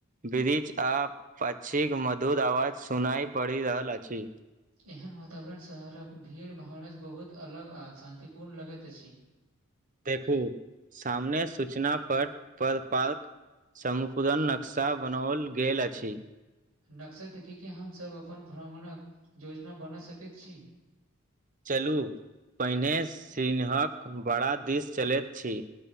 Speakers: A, on the right; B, on the right.
A: वृच आ पकछीक मधुर आवाज सुनाइ पड़ि रहल अछि
B: एहन वातावरण शहरक भीड़ भाड़स बहुत अलग आ शान्तिपूर्ण लगैत अछि
A: देखू सामने सूचना पट पर पार्क समपूदन नक्शा बनाओल गेल अछि
B: नक्सा देखी के हमसभ अपन भ्रमणक योजना बना सकैत छी
A: चलू पहिने सिन्हक बड़ा दिस चलैत छी